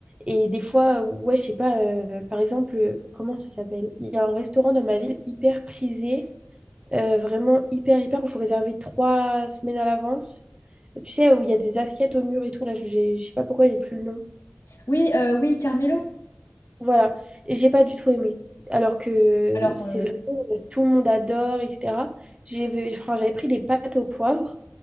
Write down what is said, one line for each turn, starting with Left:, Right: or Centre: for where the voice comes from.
Right: Et des fois, ouais, je sais pas, euh, par exemple, euh, comment ça s'appelle? Il y a un restaurant dans ma ville hyper prisé, euh, vraiment hyper, hyper, où il faut réserver trois semaines à l'avance. Tu sais, où il y a des assiettes au mur et tout, là, je j'ai- je sais pas pourquoi j'ai plus le nom.
Left: Oui, euh, oui, Carmelo.
Right: Voilà, et j'ai pas du tout aimé. Alors que
Left: Alors,
Right: c'est
Left: euh,
Right: vrai, tout le monde adore, etc. J'avais enfin, j'avais pris des pâtes au poivre